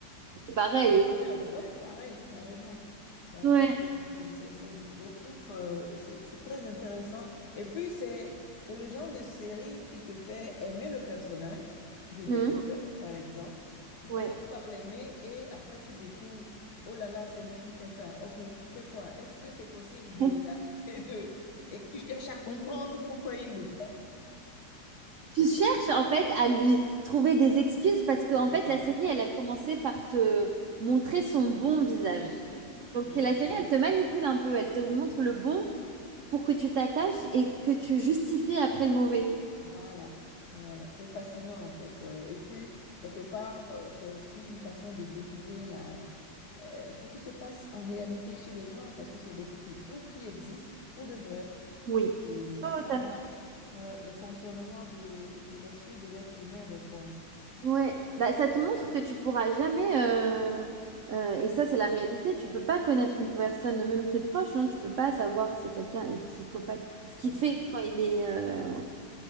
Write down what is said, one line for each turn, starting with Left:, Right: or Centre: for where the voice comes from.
Right: c'est pareil.
Left: Incroyable, ouais, pareil, carrément, carrément.
Right: Ouais.
Left: Donc, euh, c'est c'est des trucs, euh, c'est c'est très intéressant. Et puis, c'est c'est le genre de série qui te fait aimer le personnage de Dexter,
Right: hum,
Left: par exemple. Tu
Right: ouais.
Left: commences par l'aimer et après, tu découvres, oh là là, c'est lui qui fait ça. Ok, tu fais quoi? Est-ce que c'est possible de
Right: <laughs>
Left: <laughs> d'arrêter de... Et tu cherches à comprendre pourquoi il le fait.
Right: Tu cherches en fait à lui trouver des excuses parce que en
Left: Exactement.
Right: fait la série elle a commencé par te montrer son bon visage.
Left: Oui,
Right: Donc
Left: oui.
Right: la série elle te manipule un peu, elle te montre le bon pour que tu t'attaches et que tu justifies après le mauvais.
Left: Voilà, voilà, c'est fascinant en fait. Euh, Et puis, quelque part, euh, c'est aussi une façon de découvrir la, euh, ce qui se passe en réalité chez les gens, parce que c'est des, c'est des trucs qui existent pour de vrai.
Right: Oui,
Left: Et
Right: totalement.
Left: ça montre, ouais, le fonctionnement de, de l'esprit de l'être humain des fois.
Right: Ouais, bah, ça te montre que tu pourras jamais, euh, euh, et ça c'est la réalité, tu peux pas connaître une personne, même tes proches, hein, tu peux pas savoir si quelqu'un est psychopathe. Ce qui
Left: Mm.
Right: fait quand il est, euh,